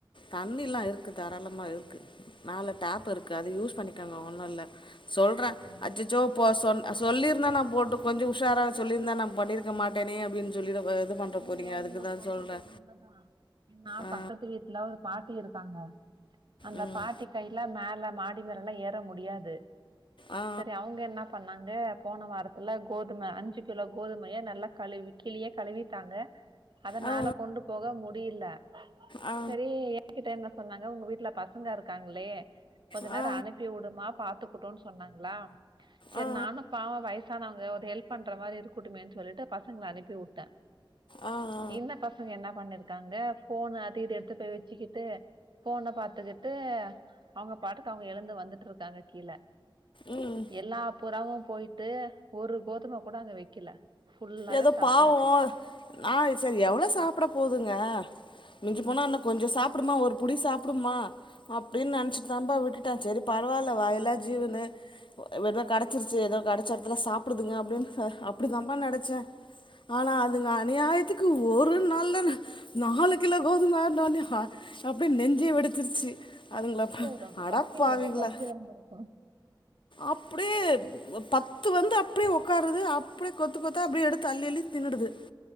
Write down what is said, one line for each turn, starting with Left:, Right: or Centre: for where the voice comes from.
Left: தண்ணில்லா இருக்கு தாராளமா இருக்கு நாலூ டேப் இருக்கு அது யூஸ் பண்ணிக்கோங்க ஒன்னுல்ல சொல்றே
Right: சரியா
Left: அச்சச்சோ போ சொ சொல்லியிருந்தா நா போட்டு கொஞ்சோ உஷாரா சொல்லியிருந்தா நா பண்ணிருக்க மாட்டேனே அப்டின்னு சொல்லிட <unintelligible>
Right: இல்லைங்க
Left: அதுக்கு
Right: நீங்க
Left: தா
Right: சொல்றது
Left: சொல்றே
Right: உண்மதா ஏன்னா
Left: ஆ
Right: பக்கத்து வீட்ல ஒரு பாட்டி இருக்காங்க அந்த
Left: ம்
Right: பாட்டி கையில்ல மேல மாடி மேலல்லா ஏற முடியாது
Left: ஆ
Right: சேரி அவுங்க என்ன பண்ணாங்க போன வாரத்துல கோதும அஞ்சு கிலோ கோதுமையே நல்லா கழுவி கிழயே கழுவி ண்ணாங்க அத மேல
Left: ஆ
Right: கொண்டு போக முடியல
Left: ஆ
Right: செரி எங்கிட்ட என்ன சொன்னாங்க உங்க வீட்ல பசங்க இருக்காங்களே கொஞ்ச
Left: ஆ ஆ
Right: நேரோ அனுப்பி உடுமா பாத்துக்குட்டுன்னு சொன்னாங்ளா செரி
Left: ஆ
Right: நானு பாவோ வயசானவங்க ஒரு ஹெல்ப் பண்ற மாரி இருக்கட்டுமேன்னு சொல்லிட்டு பசங்கள அனுப்பி விட்டே
Left: ஆ ஆ
Right: இந்த பசங்க என்ன பண்ணிருக்காங்க ஃபோன் அது இது எடுத்து போய் வச்சுக்கிட்டு ஃபோன்ன பாத்துக்கிட்டு அவுங்க பாட்டுக்கு அவுங்க எழுந்து வந்துட்டு இருக்காங்க கீழ
Left: ம்
Right: எல்லா புறாவு போயிட்டு ஒரு கோதும கூட அங்க வைக்கல ஃபுல்லாவே
Left: ஏதோ
Right: சாப்ட்ருச்சு
Left: பாவோ நா செரி எவ்ளோ சாப்பிட போதுங்க மிஞ்சி போனா என்ன கொஞ்சோ சாப்புடுமா ஒரு புடி சாப்புடுமா அப்டின்னு நனைச்சிட்டு தான்பா விட்டுட்டே சேரி பரவாயில்ல வாயா இல்லா ஜீவனு போ ஏதோ கெடச்சிருச்சி ஏதோ கெடச்ச எடத்துல சாப்டுதுங்க அப்டின்னு அப்டி தான்ப்பா நெனச் ச ஆனா அதுங்க அநியாயத்துக் கு ஒரு நாள்ல நாலு கிலோ கோதும இருந்தோடனே ஹா அப்டியே நெஞ் சே வெடிச்சிருச்சி அதுங்கள
Right: அது
Left: பா
Right: ரொம்
Left: அடப்பாவீளா
Right: பசிக்கு ரொம்ப பசியா இருந்திருக்கு
Left: அப்டிப் ஒப் பத்து வந்து அப்டி உக்காருது அப்டியே கொத்து கொத் தா அப்டி எடுத்து அள்ளிஅள்ளி தின்னுடுது